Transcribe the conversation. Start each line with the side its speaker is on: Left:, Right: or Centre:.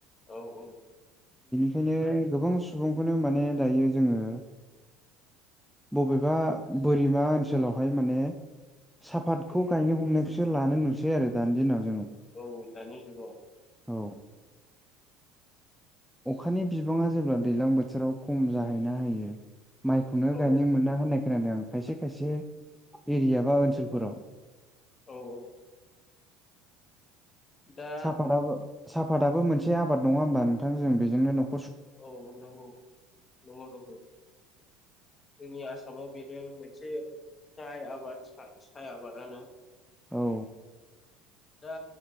Left: औ औ
Centre: ओंखायनो गोबां सुबुंखौनो माने दायो जोंङो बबेबा बोरिमा ओनसोलावहाय माने साफपातखौ गायनो हमनायखौसो लानो नुसै आरो दानि दिनावस
Left: औ दानि जुगाव
Centre: औ अखानि बिबांङा जेब्ला दैज्लां बोथोराव खम जाहैना हायो माइखौनो
Left: औ
Centre: गायनो मोना होननाय खोनादों आं खायसे खायसे एरिया बा ओनसोलफोराव
Left: औ औ दा
Centre: साफतो साफतआ मोनसे आबाद नंङा होमबा नोंथां जों बेजोंनो न'ख
Left: औ नंगौ नंगौ नंगौ जोंनि आसामाव बेनो मोनसे गाहाय आबाद साय आबादानो
Centre: औ
Left: दा